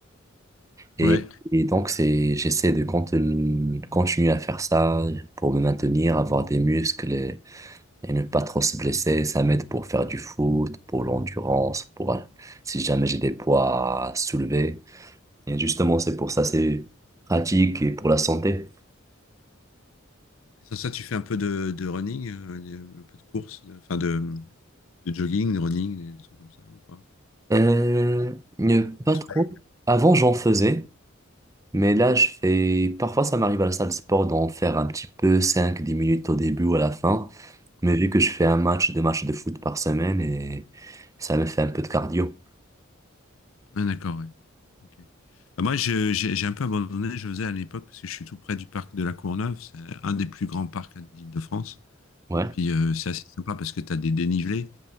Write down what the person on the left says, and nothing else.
Ouais.
Et sans ça, tu fais un peu de, de running, euh, un peu de course, de- enfin de, de jogging, de running, des trucs comme ça ou pas?
Du trail.
Ah, d'accord. ouais. Ok. Bah, moi, je- j'ai j'ai un peu abandonné, je faisais à l'époque, parce que je suis tout près du parc de la Courneuve. C'est un des plus grands parcs d'Île-de-France.
Et puis, euh, c'est assez sympa parce que tu as des dénivelés.